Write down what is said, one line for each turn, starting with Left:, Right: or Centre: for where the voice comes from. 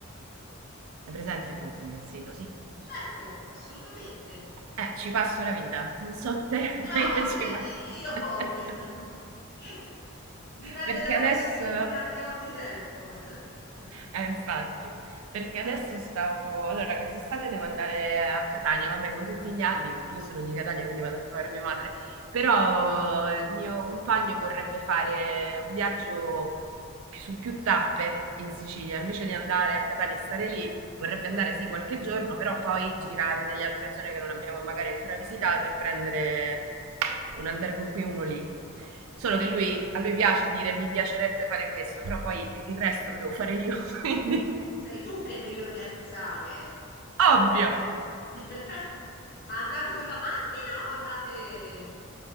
Right: è presente Booking il sito? Sì.
Left: Certo, assolutamente.
Right: Eh, ci passo la vita, non so te,
Left: Brava,
Right: <laughs> ma io
Left: pure
Right: ci passo.
Left: io a volte.
Right: <laughs>
Left: <laughs> Dipende
Right: Perché
Left: dalla
Right: adesso
Left: disponibilità che ho di tempo. <laughs>
Right: Eh, infatti, perché adesso stavo... Allora, quest'estate devo andare a Catania, vabbè, come tutti gli anni, perché io sono di Catania, quindi vado a trovare mia madre, però
Left: Mm,
Right: il mio compagno vorrebbe fare un viaggio su più tappe in Sicilia, invece di andare a Catania e stare lì, vorrebbe andare sì qualche giorno, però poi girare nelle altre zone che non abbiamo magari ancora visitato e prendere un albergo qui e uno lì. Solo che lui, a lui piace dire mi piacerebbe fare questo, però poi il resto lo devo fare io, <laughs> quindi
Left: Sei tu che devi organizzare.
Right: ovvio.
Left: <laughs> Ma andate con la macchina o andate...